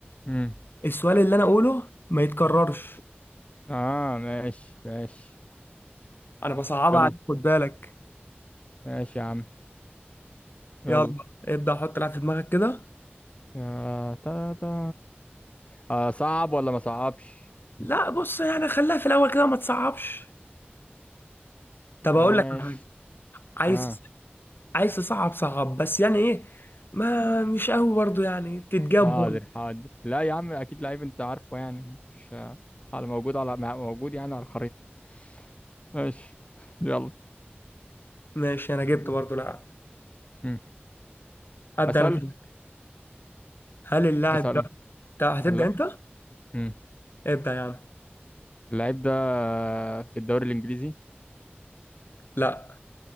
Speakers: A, on the left; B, on the left.
A: مم.
B: السؤال اللي أنا أقوله ما يتكررش
A: اه ماشي ماشي
B: أنا بصعبها
A: يلا
B: عليك خد بالك
A: ماشي يا عم يلا
B: يلا ابدأ حط لعب في دماغك كده
A: يا تا تا اه صعب ولا ما صعبش
B: لا بص يعني خليها في الأول كده ما تصعبش طب
A: ماشي
B: أقول لك على حاجة عايز
A: اه
B: عايز تصعب صعب بس يعني إيه ما مش قوي برضه يعني تتجاب
A: حاضر
B: برضه
A: حاضر لا يا عم اكيد لعيب انت عارفه يعني مش على موجود على مع- موجود يعني على الخريطة ماشي يلا
B: ماشي أنا جبت برضه لاعب
A: مم.
B: أبدأ
A: اسال
B: أنا كده هل اللاعب
A: اسال
B: ده ده هتبدأ
A: لا
B: أنت؟
A: مم.
B: ابدأ يعني
A: اللعيب ده في الدوري الانجليزي
B: لا